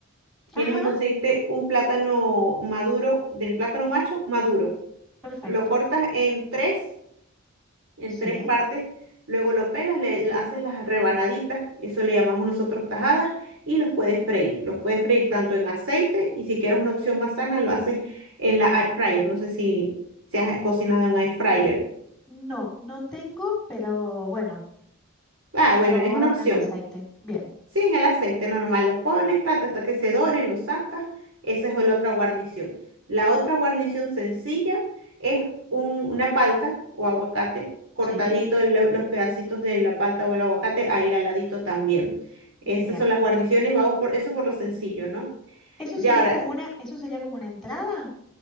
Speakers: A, in the centre; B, on the right (about 70°).
A: Ajá,
B: Tienes que conseguirte un plátano maduro, del plátano macho maduro.
A: perfecto.
B: Lo cortas en tres en
A: Sí.
B: tres partes. Luego lo pelas, le haces las rebanaditas, eso le llamamos nosotros tajadas, y los puedes freír. Los puedes freír tanto en aceite y si quieres una opción más sana, lo haces en la air fryer. No sé si, si has cocinado en air fryer.
A: No, no tengo, pero bueno,
B: Ah,
A: lo
B: bueno, es una
A: hago
B: opción.
A: en el aceite. Bien.
B: Sí, en el aceite normal lo pones, tata, hasta que se doren, lo sacas. Esa es la otra guarnición. La otra guarnición sencilla es un- una palta o aguacate, cortadito
A: Sí.
B: lo- los pedacitos de la palta o el aguacate ahí al ladito también. Esas
A: Bien.
B: son las guarniciones, vamos por eso por lo sencillo, ¿no?
A: Eso
B: Ya
A: sería
B: ahora,
A: como una, eso sería como una entrada.